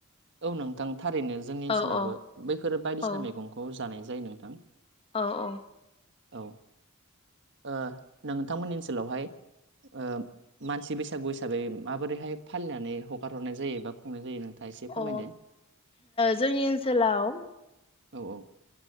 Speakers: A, on the right (about 60°); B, on the left (about 25°).
A: औ नोंथां थारैनो जोंनि ओनसोलावबो
B: औ औ
A: बैफोरो बायदिसिना
B: औ
A: मैगंखौ जानाय जायो नोंथां।
B: औ औ।
A: औ ओ नोंथांमोननि ओनसोलावहाय ओ मानसि बैसागु हिसाबै माबोरैहाय फालिनानै हगार हरनाय जायो बा खुंनाय जायो नोंथाङा एसे फोरमायदो
B: अ ओ जोंनि ओनसोलाव
A: औ औ